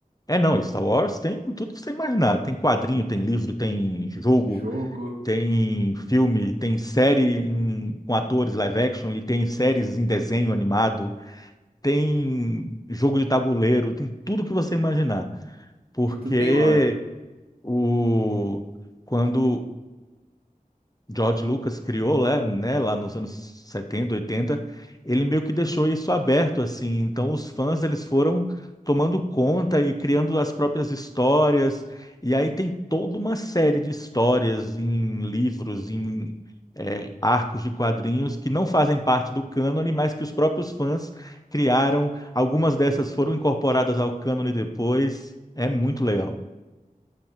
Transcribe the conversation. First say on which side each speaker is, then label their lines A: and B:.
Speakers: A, on the left; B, on the right.
A: é não, Star Wars tem tudo que você imaginar. Tem quadrinho, tem livro, tem jogo,
B: jogo
A: tem filme, tem série em- com atores live action e tem séries em desenho animado, tem jogo de tabuleiro, tem tudo que você imaginar. Porque
B: e tudo tem lore.
A: o quando George Lucas criou lá, né, lá nos anos 70, 80, ele meio que deixou isso aberto assim. Então os fãs eles foram tomando conta e criando as próprias histórias. E aí tem toda uma série de histórias em livros, em é, arcos de quadrinhos que não fazem parte do cânone, mas que os próprios fãs criaram. Algumas dessas foram incorporadas ao cânone depois. É muito legal.